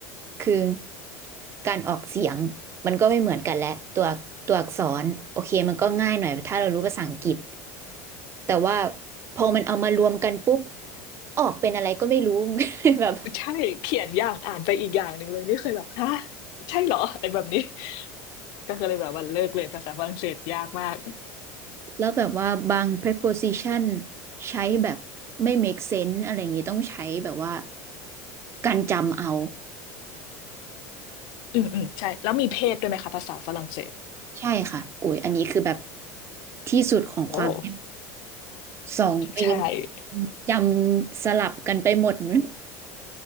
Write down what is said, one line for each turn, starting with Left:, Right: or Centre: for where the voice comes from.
Right: คือการออกเสียงมันก็ไม่เหมือนกันแหละตัวตัวอักษรโอเคมันก็ง่ายหน่อยถ้าเรารู้ภาษาอังกฤษ แต่ว่าพอมันเอามารวมกันปุ๊บออกเป็นอะไรก็ไม่รู้ <laughs> แบบ
Left: ใช่เขียนอย่างอ่านไปอีกอย่างหนึ่งเลยนี่เคยแบบฮะใช่เหรออะไรแบบนี้ก็เลยแบบว่าเลิกเลยภาษาฝรั่งเศสยากมาก
Right: แล้วแบบว่าบาง preposition ใช้แบบไม่ make sense อะไรอย่างงี้ต้องใช้แบบว่าการจำเอา
Left: อืมอืมใช่แล้วมีเพศด้วยไหมคะภาษาฝรั่งเศส
Right: ใช่ค่ะโอ้ยอันนี้คือแบบที่สุดของความยาก
Left: โอ้
Right: สองปี
Left: ใช่
Right: จำสลับกันไปหมดเหมือน